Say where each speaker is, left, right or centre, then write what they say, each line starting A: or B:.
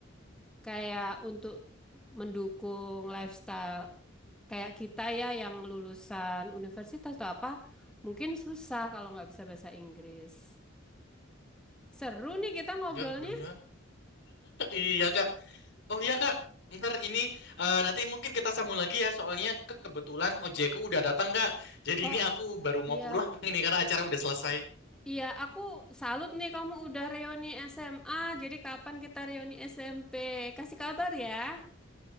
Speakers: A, in the centre; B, on the left (about 60°).
A: kayak untuk mendukung lifestyle kayak kita ya yang lulusan universitas atau apa, mungkin susah kalau nggak bisa bahasa Inggris. Seru nih kita ngobrolnya.
B: Ya, benar. <laughs> Iya kak. Oh iya Kak, ntar ini eh, nanti mungkin kita sambung lagi ya, soalnya kebetulan ojekku udah datang Kak. Jadi
A: Oh
B: ini aku baru
A: iya,
B: mau pulang ini karena acara udah selesai.
A: iya aku salut nih kamu udah reuni SMA. Jadi kapan kita reuni SMP? Kasih kabar ya.